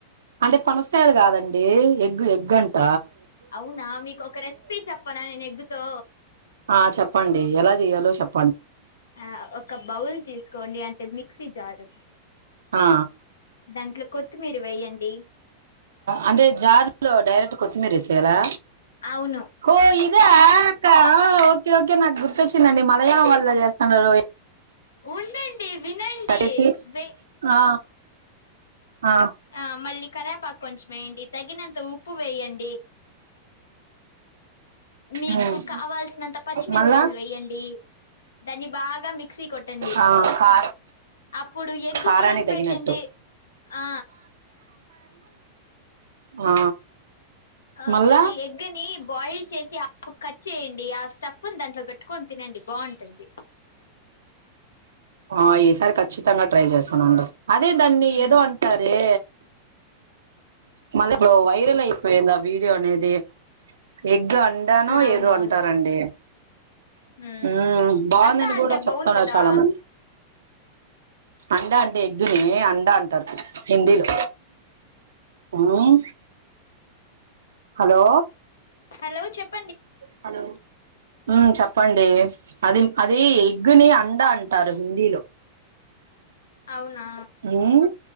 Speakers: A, on the right (about 85°); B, on the left (about 80°).
A: అంటే పనసకాయలు కాదండి ఎగ్ ఎగ్గంట
B: అవునా మీకు ఒక రెసిపీ చెప్పనా నేను ఎగ్గుతో
A: ఆ చెప్పండి ఎలా చేయాలో చెప్పం
B: ఆ ఒక బౌల్ తీసుకోండి అంటే మిక్ క్షీ జార్
A: ఆ
B: దాంట్లో కొత్తిమీర్ వెయ్యండి
A: అంటే జార్లో డైరెక్ట్ కొత్తిమీర ఏసేయాలా
B: అవును
A: హో ఇద్ అదా అక ఆ ఓకే ఓకే నాకు గుర్తొచ్చిందండి మలయాళం వల్ల చేస్థాండరు
B: ఉండండి వినండి
A: కట్టేసి
B: వే
A: ఆ ఆ
B: ఆ మళ్ళీ కరివేపాకు కొంచెం వేయండి తగినంత ఉప్పు వేయండి మీకు
A: మ్మ్
B: కావాల్సినంత పచ్చిమిరకాయలు
A: మళ్ళా
B: వేయ్యండి దాన్ని బాగా మీ మిక్సి కొట్టండి
A: ఆ కా
B: అప్పుడు ఎగ్గు
A: కారానికి
B: ఉడకు
A: తగినట్టు
B: పెట్టింది ఆ
A: ఆ
B: ఆ
A: మళ్ళా
B: మళ్ళీ ఎగ్గని బాయిల్ చేసి కట్ చేయండి ఆ స్టఫ్ దాంట్లో పెట్టుకొని తినండి బాగుంటుంది
A: ఆ ఈసారి కఖచ్చితంగా ట్రై చేస్తానండి అదే దాన్ని
B: మ్మ్
A: ఏదో అంటారే మళ్ ఇప్పుడు వైరల్ అయిపోయింద ఆ వీడియో అనేది ఎగ్ అడానో
B: అవునవును
A: ఏదో అంటారంండి
B: మ్మ్
A: ఉ బాగుందని
B: అంతా అంటే
A: కూడా చెప్తున్నారు
B: బౌల్ కదా
A: చాలా మంది అండ అంటే ఎగ్గుని అండ అంటారు హిందీలో ఉమ్ హలో
B: హలో చెప్ప
A: హలో ఉ చెప్పండి అది అది ఎగ్గుని అండ అంటారు హిందీలో
B: అవునా
A: ఉమ్